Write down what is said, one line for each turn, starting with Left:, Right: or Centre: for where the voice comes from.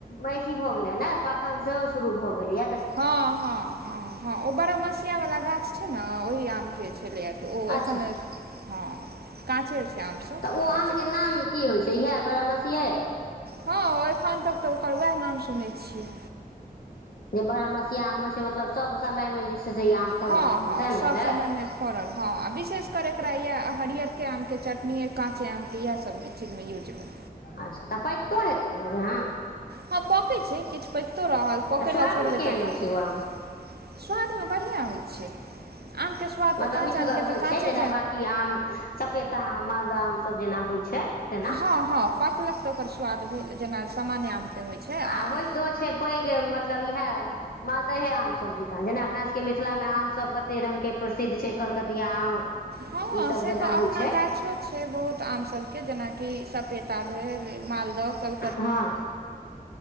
Left: अथीं भऽ गेलइ यैने पाकब सेहो शुरु भ गेलइ।
Right: हँ हँ हँ हँ ओ बरमसिया वला गाछ छै न ओहि आम के छलैयै तऽ ओ
Left: अच्छा
Right: एखन हँ काँचे छै। आमसभ
Left: तऽ
Right: ओकरे
Left: ओ आमके
Right: चटनी
Left: नाम की होइ छै इएह बारामसिये?
Right: हँ एखन तक तऽ ओकर वैह नाम सुनै छियै।
Left: जे बारहमसिया आम होइ छै मतलब सब समय मे जे छै से ई आम फड़ल
Right: हँ
Left: रहै
Right: हँ
Left: छै सैह
Right: सभ
Left: ने भेलै।
Right: समयमे फड़ल हँ आ विशेषकर एकरा यैह हरियरके आमके चटनी या काँचे आमके यैह सब में चीजमे यूज भेल।
Left: अच्छा तऽ पैकतो हेतै ने <unintelligible>
Right: हँ पकै छै किछ पकितो रहल पकै
Left: आ स्वादमे
Right: लै छोड़बै
Left: केहन
Right: तऽ पकत।
Left: होइ छै ओ आम
Right: स्वादमे बढ़ियां होइ छै। आमके स्वाद
Left: मतलब
Right: तऽ काँच
Left: मिठगर
Right: आमके
Left: होइ
Right: तऽ काँचे
Left: छै जेना बाँकी आम सपेता आम मालदह आम सब जेना होइ छै तेन।
Right: हँ हँ पकलक तऽ ओकर स्वाद भेल जेना सामान्य आमके होइ छै आर
Left: आ होइतो छै पैघ मतलब इहै। मालदहे आम सब जेंका जेना अपना सभके मिथिलामे आमसभ कते रङ्गके प्रसिद्ध छै कलकतिया आम ई
Right: हँ हँ
Left: सब
Right: से
Left: जेना
Right: तऽ अपना
Left: होइ छै
Right: गाछो छै बहुत आम सबके जेनाकि सपेता भेल मालदह, कल
Left: हँ